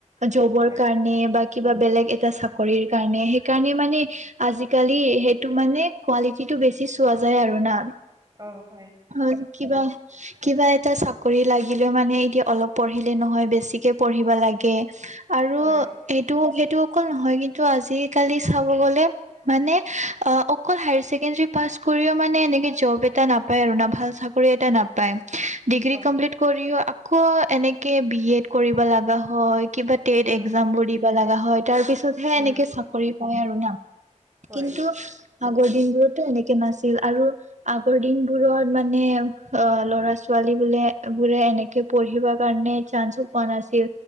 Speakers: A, on the right (about 65°); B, on the right (about 30°).
A: জবৰ
B: হয়
A: কাৰণে বা কিবা বেলেগ এটা চাকৰিৰ কাৰণে সেইকাৰণে মানে আজিকালি সেইটো মানে কোৱালিটিটো বেছ বেছি চোৱা যায় আৰু না।
B: অ' হয়।
A: হয়, কিবা কিবা এটা চাকৰি লাগিলেও মানে এতিয়া অলপ পঢ়িলে নহয়। বেছিকে পঢ়িব লাগে আৰু
B: হয়
A: এইটো সেইটো অকল নহয় কিন্তু আজিকালি চাব গ'লে মানে অ' অকল হায়াৰ চছেকেণ্ডাৰী পাছ কৰিও মানে এনেকে জব এটা নাপ পাই আৰু না ভাল চাকৰি এটা নাপাই, ডিগ্ৰী
B: হয়
A: কমপ্লিট কৰিও ক এনেকে বি এড কৰিব লগা হয় কিবা টেট
B: উম
A: একজাম বোৰ দিব লগা হয়। তাৰ পিছতহে
B: উম
A: এনেকে চাকৰি পায় আৰু না
B: হয়
A: কিন্তু আগৰ দিন বোৰতো এনেকে নাছিল আৰু আগৰ দিন বোৰত মানে অ ল'ৰা-ছোৱালী বোলে বোৰে এনেকে পঢ়িব কাৰণে চাঞ্চো পোৱা নাছিল।